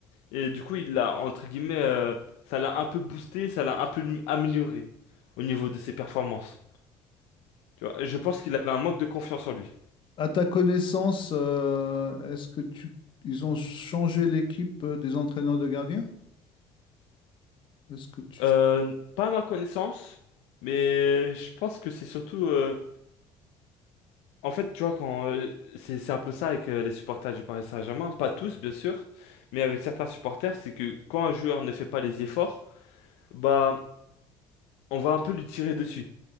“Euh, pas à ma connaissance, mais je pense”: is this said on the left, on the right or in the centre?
Left